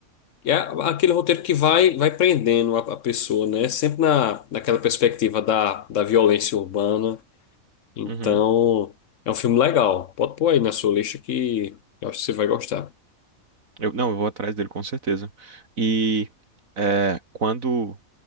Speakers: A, on the left; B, on the right.
A: E é aquele roteiro que vai, vai prendendo a, a pessoa, né? Sempre na, naquela perspectiva da, da violência urbana. Então,
B: Uhum.
A: é um filme legal. Pode pôr aí na sua lista que eu acho que você vai gostar.
B: Eu, não, eu vou atrás dele com certeza. E é, quando